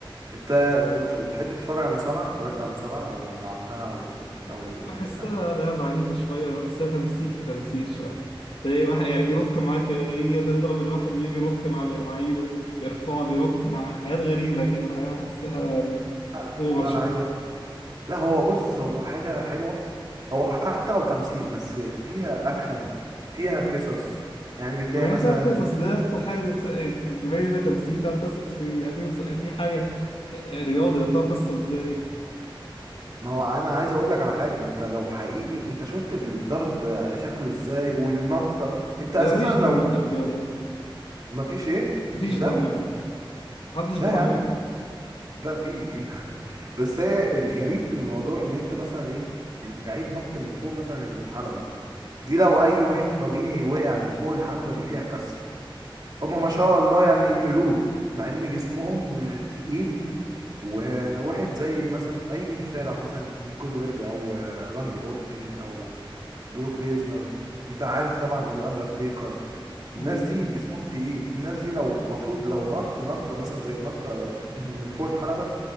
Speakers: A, on the right; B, on the left.
A: انت بت- بتحب تتفرج على المصارعة اتفرجت على المصارعة او لعبتها او
B: أنا
A: او
B: بحسها
A: آه،
B: لعبة عنيفة شوية بحسها تمثيل في تمثيل شوية تلاقي واحد يعني بينط معاه كده يجي يضرب الواحد اللي بينط معاه بقى مع ايده يرفعه بينط معاه حاجات غريبة كده الحقيقة بحسها
A: لا
B: اوفر
A: لا
B: شوية
A: انا عايز اقول لا هو بص هو حاجة حلوة هو حتى لو تمثيل بس فيها اكشن فيها قصص يعني بتلاقي
B: ما
A: مثلا
B: هي فيها قصص ده أكتر حاجة تبس- تبين إنها تمثيل فيها قصص في يعني في مس- في حاجة رياضة فيها قصة إزاي
A: ما هو انا عايز اقول لك على حاجه ما انت لو حقيقي انت شفت الضرب شكله ازاي والنطه انت اساسا
B: ده مفيش دم
A: لو
B: في الرياضة دي
A: ما فيش ايه
B: مفيش
A: فيش دم
B: دم يعني محدش
A: لا
B: بيتعور
A: يا عم لا في في <laughs> بس هي الغريب في الموضوع ان انت مثلا ايه اللعيب نط من فوق مثلا الحلبه دي لو اي واحد طبيعي وقع من فوق الحلبه دي فيها كسر هما ما شاء الله يعني قرود مع ان جسمهم تقيل وواحد زي مثلا اي مصارع مثلا جولدبرج او آه، راندي اورتن او بروك ليزنر انت عارف طبعا الاندرتيكر
B: أيوه
A: الناس دي جسمهم تقيل الناس دي لو المفروض لو نط نطه مثلا زي النطه <clears throat> من فوق الحلبه